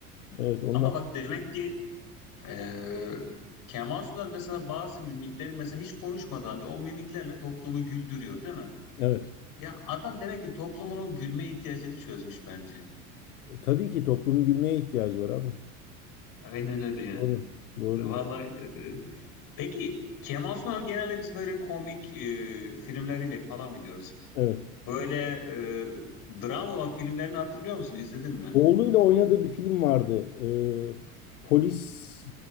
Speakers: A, on the left; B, on the left.
A: Evet onlar
B: Ama bak demek ki e, Kemal Sunal mesela bazı mimikleri mesela hiç konuşmadığı halde o mimiklerle toplumu güldürüyor değil mi?
A: evet.
B: Ya adam demek ki toplumunun gülme ihtiyacını çözmüş bence.
A: E, tabii ki toplumun gülmeye ihtiyacı var abi.
B: Aynen öyle ya.
A: Doğru. Doğru.
B: Vallahi
A: diyorsun.
B: e, Peki Kemal Sunal genelde biz böyle komik e, filmleriyle falan biliyoruz.
A: Evet.
B: Böyle e, dram olan filmlerini hatırlıyor musun? İzledin mi?
A: Oğluyla oynadığı bir film vardı. Ee, polis